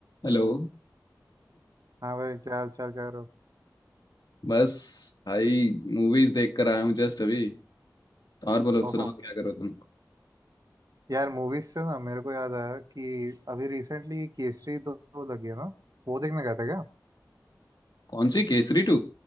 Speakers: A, on the left (about 70°); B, on the right (about 55°).
A: Hello
B: हाँ भाई क्या हाल चाल कर रहे हो
A: बस भाई movies देख कर आया हूँ जस्ट अभी और बोलो सुनाओ
B: ओहो
A: क्या करो तुम
B: यार मूवीज से ना मेरे को याद आया कि अभी रिसेंटली केसरी दो, दो लगी है ना वो देखने गए थे क्या
A: कौन सी केसरी टू